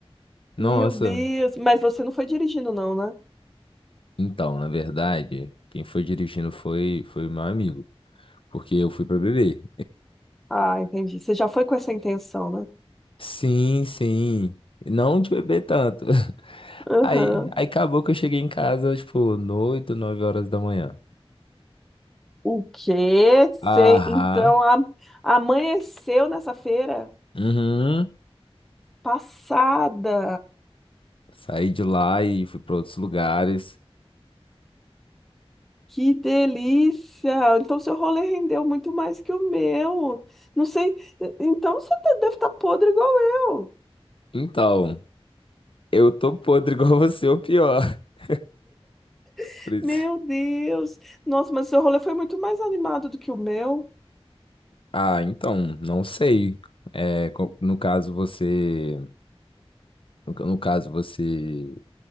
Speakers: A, on the left; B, in the centre.
A: Nossa,
B: Meu Deus, mas você não foi dirigindo, não, né?
A: Então, na verdade, quem foi dirigindo foi foi o meu amigo, porque eu fui pra beber.
B: Ah, entendi. Você já foi com essa intenção, né?
A: Sim, sim. Não de beber tanto. <laughs>
B: Aham.
A: Aí, aí acabou que eu cheguei em casa, tipo, noito, nove horas da manhã.
B: O quê? Você,
A: Aham.
B: então, a- amanheceu nessa feira
A: Uhum.
B: passada.
A: Saí de lá e fui pra outros lugares.
B: Que delícia! Então, seu rolê rendeu muito mais que o meu. Não sei. Então, você tá- deve estar podre igual eu.
A: Então, eu tô podre <laughs> igual você, ou pior. <laughs>
B: <laughs>
A: Por isso-
B: Meu Deus! Nossa, mas seu rolê foi muito mais animado do que o meu.
A: Ah, então, não sei. É, co- no caso você, no caso você